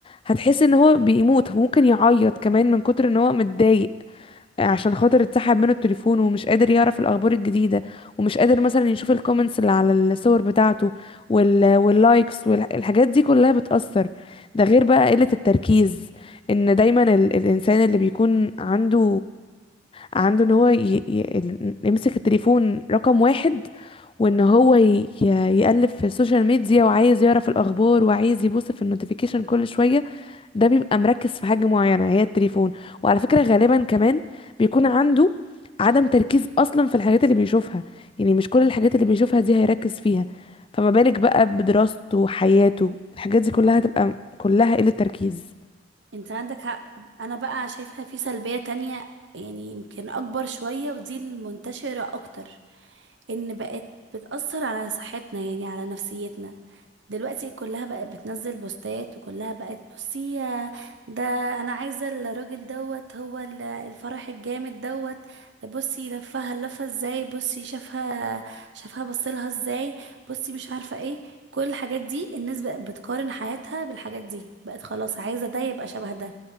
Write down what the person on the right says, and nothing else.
انت عندك حق انا بقى شايفة في سلبية تانية يعني يمكن اكبر شوية ودي المنتشرة اكتر ان بقت بتأثر على صحتنا يعني على نفسيتنا دلوقتي كلها بقت بتنزل بوستات وكلها بقت بصي يا ده انا عايزة الراجل دوت هو ال- الفرح الجامد دوت بصي لفها لفها ازاي بصي شافها شافها بصلها ازاي بصي مش عارفة ايه كل الحاجات دي الناس بقت بتقارن حياتها بالحاجات دي بقت خلاص عايزة ده يبقى شبه ده